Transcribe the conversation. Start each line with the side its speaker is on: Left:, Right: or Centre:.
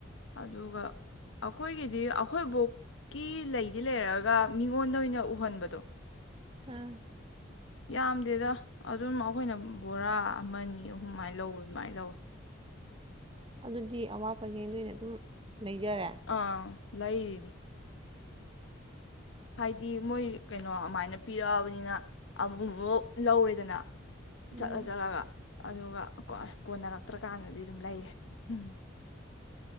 Left: ꯑꯗꯨꯒ ꯑꯩꯈꯣꯏꯒꯤꯗꯤ ꯑꯩꯈꯣꯏꯕꯣꯛꯀꯤ ꯂꯩꯗꯤ ꯂꯩꯔꯒ ꯃꯤꯉꯣꯟꯗ ꯑꯣꯏꯅ ꯎꯍꯟꯕꯗꯣ
Right: ꯑ
Left: ꯌꯥꯝꯗꯦꯗ ꯑꯗꯨꯝ ꯑꯩꯈꯣꯏꯅ ꯕꯣꯔꯥ ꯑꯃꯅꯤ ꯑꯍꯨꯝꯃꯥꯏꯅ ꯂꯧꯕ ꯑꯗꯨꯃꯥꯏꯅ ꯂꯧꯋꯦ
Right: ꯑꯗꯨꯗꯤ ꯑꯋꯥꯠꯄꯒꯩ ꯅꯣꯏꯅ ꯑꯗꯨꯝ ꯂꯩꯖꯔꯦ
Left: ꯑꯥ ꯂꯩꯔꯤꯅꯤ ꯍꯥꯏꯗꯤ ꯃꯣꯏ ꯀꯩꯅꯣ ꯑꯗꯨꯃꯥꯏꯅ ꯄꯤꯔꯛꯑꯕꯅꯤꯅ ꯑꯃꯨꯛꯃꯨꯛ ꯂꯧꯔꯦꯗꯅ
Right: ꯎꯝ
Left: ꯆꯠꯂ ꯆꯠꯂꯒ ꯑꯗꯨꯒ ꯀꯣ ꯀꯣꯟꯅꯔꯛꯇ꯭ꯔꯀꯥꯟꯗꯗꯤ ꯑꯗꯨꯝ ꯂꯩꯔꯦ ꯎꯝ